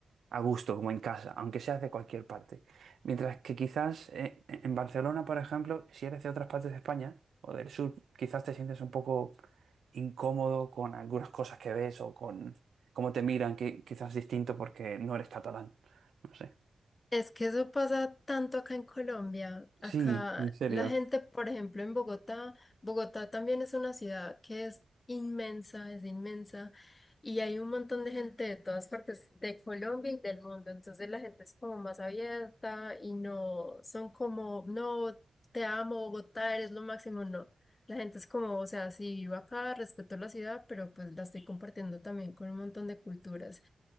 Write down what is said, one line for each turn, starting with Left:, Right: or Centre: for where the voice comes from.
Right: a gusto, como en casa, aunque seas de cualquier parte. Mientras que quizás eh, en Barcelona, por ejemplo, si eres de otras partes de España o del sur, quizás te sientes un poco incómodo con algunas cosas que ves o con cómo te miran, que quizás distinto porque no eres catalán. No sé.
Left: Es que eso pasa tanto acá en Colombia. Acá
Right: Sí, en serio.
Left: la gente, por ejemplo, en Bogotá, Bogotá también es una ciudad que es inmensa, es inmensa, y hay un montón de gente de todas partes de Colombia y del mundo. Entonces la gente es como más abierta y no son como, no, te amo, Bogotá, eres lo máximo. No, la gente es como, o sea, sí, vivo acá, respeto la ciudad, pero pues la estoy compartiendo también con un montón de culturas.